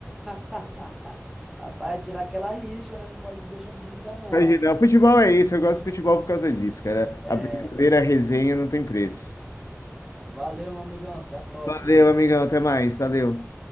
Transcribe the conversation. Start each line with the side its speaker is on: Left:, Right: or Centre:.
Centre: <laughs> Rapaz, tirar aquela rixa, né? Não pode deixar de brincar, não.
Left: Imagina, o futebol é isso, eu gosto de futebol por causa disso, cara.
Centre: É,
Left: A brincadeira, a resenha não tem preço.
Centre: valeu, meu amigão. Até a próxima.
Left: Valeu, amigão, até mais, valeu.